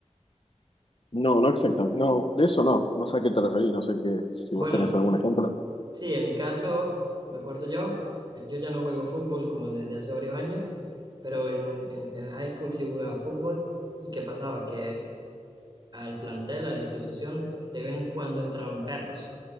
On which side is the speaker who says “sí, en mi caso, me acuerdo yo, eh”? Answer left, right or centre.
Right